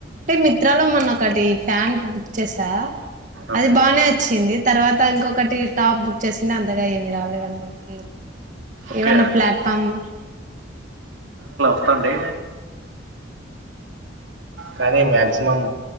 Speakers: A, on the right; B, on the right.
A: టే మిత్రాలో మొన్నోకటి ఫ్యాంట్ బుక్ చేసా
B: ఓకే
A: అది బానే వచ్చింది తర్వాత ఇంకొకటి టాప్ బుక్ చేసిండె అంతగా ఏమి రాలేదనమాట అందుకు
B: ఓకే
A: ఏవన్న
B: అదే
A: ప్లాట్ఫామ్
B: ప్పండి కానీ మ్యాక్సిమం